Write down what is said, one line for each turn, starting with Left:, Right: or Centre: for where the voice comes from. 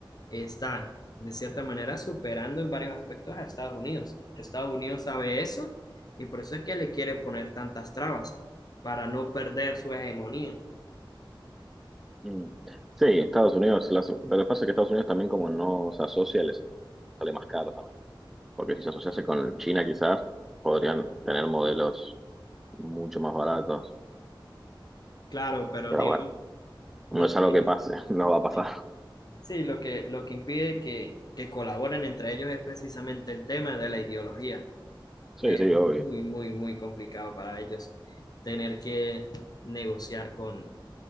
Left: está de cierta manera superando en varios aspectos a Estados Unidos. Estados Unidos sabe eso y por eso es que le quiere poner tantas trabas para no perder su hegemonía.
Centre: Mm. Sí, Estados Unidos, las- lo que pasa es que Estados Unidos también como no se asocia, les sale más caro también, porque si se asociase con China quizás podrían tener modelos mucho más baratos,
Left: Claro, pero
Centre: pero
Left: digamos,
Centre: bueno,
Left: lo
Centre: no es algo
Left: que,
Centre: que pase, <laughs> no va a pasar.
Left: sí, sí, lo que, lo que impide que, que colaboren entre ellos es precisamente el tema de la ideología.
Centre: Sí,
Left: Es
Centre: sí, obvio.
Left: muy, muy, muy complicado para ellos tener que negociar con